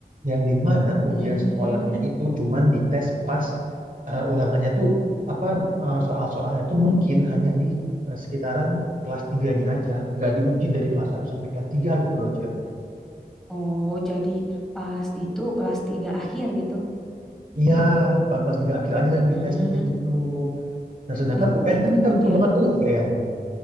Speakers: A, on the right; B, in the centre.
A: yang di mana ujian
B: Hmm.
A: sekolahnya itu cuman dites pas eh, ulangannya tuh apa eh, soal-soalnya tuh mungkin hanya di eh, sekitaran kelas tiganya aja, nggak diuji dari kelas satu sampai kelas 3 gitu loh, Cek.
B: Oh, jadi pas itu kelas 3 akhir gitu.
A: Iya, pas kelas 3 akhir aja yang
B: Hmm,
A: ditesnya kayak gitu. Nah, sedangkan
B: di,
A: UN
B: dikebut
A: kan kita butuh
B: ya.
A: banget UN.